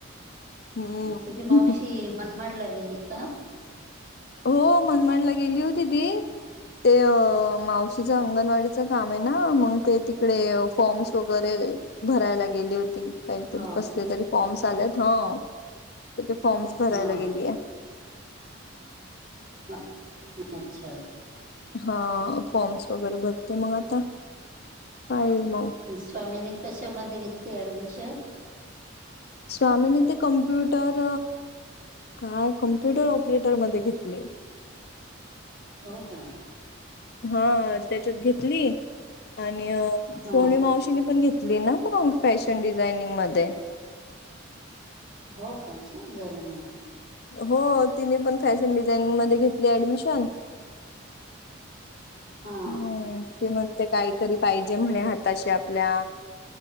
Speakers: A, on the left (about 50°); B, on the right (about 40°).
A: हम्म
B: तुझी मावशी ती मनमाडला गेली का?
A: हो मनमाडला गेली होती ती ते मावशीच अंगणवाडी च काम आहे ना मग ते तिकडे फॉर्म्स वगैरे भरायला गेली होती. काहीतरी
B: हा
A: कसले तरी फॉर्म्स आलेत हो. तर ते फॉर्म्स भरायला
B: हा
A: गेली आहे.
B: अ- अच्छा!
A: हा फॉर्म्स वगैरे भरते मग आता. हा येईल मग.
B: स्वामीनि कशामध्ये घेतली ऍडमिशन?
A: स्वामीनी ते कम्प्युटर काय कमप्युटर ऑपरेटर मध्ये घेतलय.
B: हो का?
A: हा त्याच्यात घेतली आणि
B: हा
A: सोनी मावशीनी पण घेत ली ना मग फॅशन डिझायनिंग मध्ये.
B: हो का छान झालं मग.
A: हो तिने पण फॅशन डिझायनिंग मध्ये घेतली ऍडमिशन.
B: हा!
A: हम्म ती म्हणते काहीतरी पाहिजे म्हणे हाताशी आपल्या